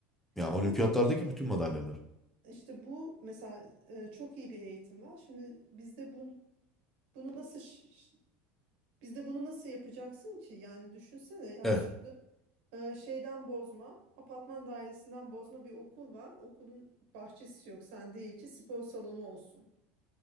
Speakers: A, in the centre; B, on the right (about 75°).
A: Ya olimpiyatlardaki
B: Ama bu işte
A: bütün madalyaları.
B: işte bu mesela e, çok iyi bir eğitim var. Şimdi bizde bunu bunu nasıl ş- ş- bizde bunu nasıl yapacaksın ki? Yani düşünsene yani
A: Evet.
B: şu- e, şeyden bozma, apartman dairesinden bozma bir okul var. Okulun bahçesi yok. Sen değil ki spor salonu olsun.